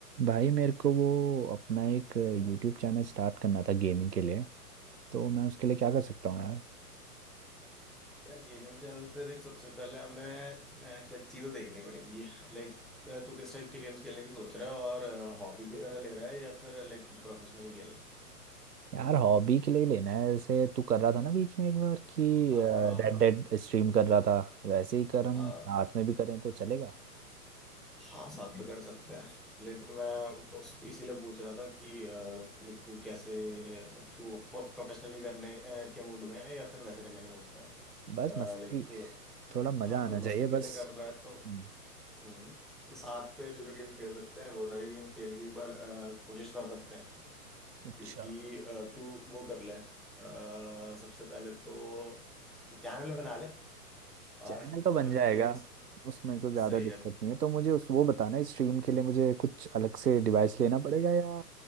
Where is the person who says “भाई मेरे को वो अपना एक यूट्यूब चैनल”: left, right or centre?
Right